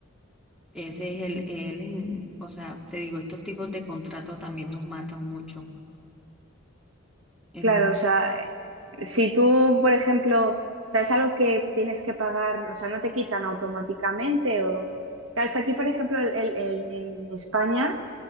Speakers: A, in the centre; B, on the right.
A: ese es el, el, o sea, te digo, estos tipos de contratos también nos matan mucho. Es
B: Claro,
A: mu-
B: o sea, eh, si tú, por ejemplo, o sea, es algo que tienes que pagar, o sea, no te quitan automáticamente o... Claro, es que aquí, por ejemplo, el- el- el- en España,